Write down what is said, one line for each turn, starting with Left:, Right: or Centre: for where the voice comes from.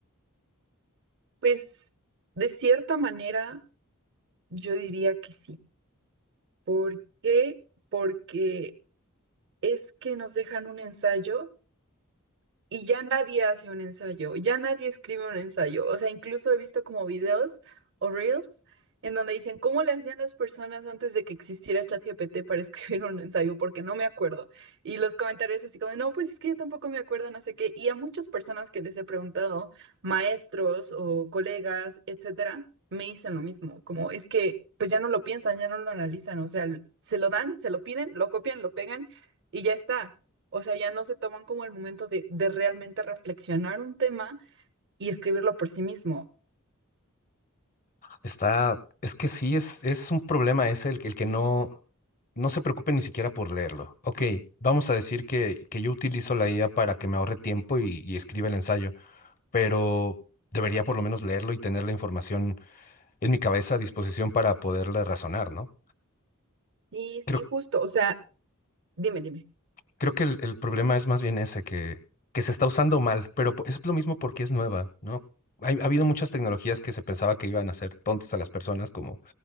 Right: Pues de cierta manera yo diría que sí. ¿Por qué? Porque es que nos dejan un ensayo. Y ya nadie hace un ensayo, ya nadie escribe un ensayo. O sea, incluso he visto como videos o reels en donde dicen, ¿cómo le hacían las personas antes de que existiera ChatGPT para <laughs> escribir un ensayo? Porque no me acuerdo. Y los comentarios así como, no, pues es que yo tampoco me acuerdo, no sé qué. Y a muchas personas que les he preguntado, maestros o colegas, etcétera, me dicen lo mismo, como es que pues ya no lo piensan, ya no lo analizan. O sea, se lo dan, se lo piden, lo copian, lo pegan y ya está. O sea, ya no se toman como el momento de, de realmente reflexionar un tema y escribirlo por sí mismo.
Left: Está, es que sí, es, es un problema ese el, que- el que no, no se preocupe ni siquiera por leerlo. Ok, vamos a decir que, que yo utilizo la IA para que me ahorre tiempo y, y escriba el ensayo, pero debería por lo menos leerlo y tener la información en mi cabeza a disposición para poderla razonar, ¿no?
Right: Y sí,
Left: Creo
Right: justo, o sea, dime, dime.
Left: Creo que el, el problema es más bien ese, que, que se está usando mal, pero po- es lo mismo porque es nueva, ¿no? Hay- ha habido muchas tecnologías que se pensaba que iban a hacer tontas a las personas, como